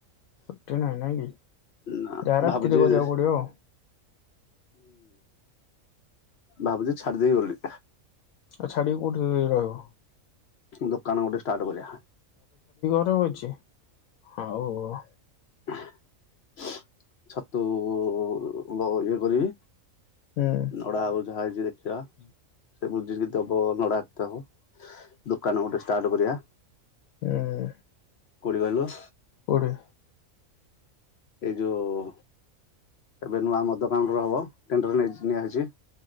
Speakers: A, on the left; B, on the left.
A: ଛୁଟି ନାହିଁ ନାଇଁ କି?
B: ନା
A: ଯାହା ରାତିରେ
B: ଭାବୁଛି
A: କରିବାକୁ
B: ହୁଁ।
A: ପଡିବ ଆଉ
B: ଭାବୁଛି ଛାଡି ଦେବି ବୋଲି।
A: ଆଉ ଛାଡ଼ିକି କୋଉଠିି ରହିବ?
B: ଦୋକାନ ଗୋଟେ ଷ୍ଟାର୍ଟ କରିବା।
A: <inaudible> ଅଛି ହୋଉ
B: <inaudible> ଛତୁ <inaudible> କରିକି?
A: ହୁଁ ହୁଁ
B: ନଡା ଆଉ ଯାହା ହେଇଚି ଦେ <unintelligible> ସେ ବୁଝି ଦେବ ନଡ଼ାକଥା ହବ ଦୋକାନ ଗୋଟେ ଷ୍ଟାର୍ଟ କରିବା।
A: ହୁଁ।
B: କୋଉଠି କହିଲୁ?
A: କୋଉଠି?
B: ଏଇ ଯୋଉ ଏବେ ନୂଆ ମଦ କାଉଣ୍ଟର ହବ ଟେଣ୍ଡର ନିଆହେଇଛି।